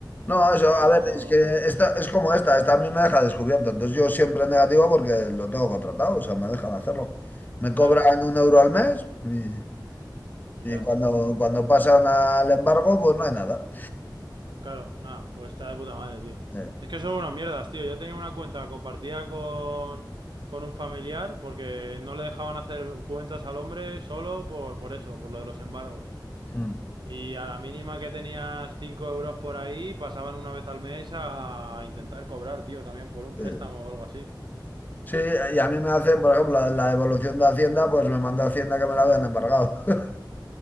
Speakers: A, on the left (about 25°); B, on the right (about 75°).
A: No, eso,
B: Pero,
A: a ver, es que esta es como esta, esta a mí me deja descubierto, entonces yo siempre en negativo porque lo tengo contratado, o sea, me dejan hacerlo. Me cobran
B: claro,
A: un euro al mes y,
B: y
A: y
B: ya
A: cuando,
B: está.
A: cuando pasan al embargo, pues no hay nada.
B: Claro, nada, pues está de puta madre, tío.
A: Sí.
B: Es que son unas mierdas, tío. Yo tenía una cuenta compartida con, con un familiar porque no le dejaban hacer cuentas al hombre solo por, por eso, por lo de los embargos.
A: Mm.
B: Y a la mínima que tenías 5 euros por ahí, pasaban una vez al mes a intentar cobrar, tío, también por un
A: Sí,
B: préstamo o algo así.
A: Sí, y a mí me hacen, por ejemplo, la, la devolución de Hacienda, pues me manda Hacienda que me la habían embargado. <laughs>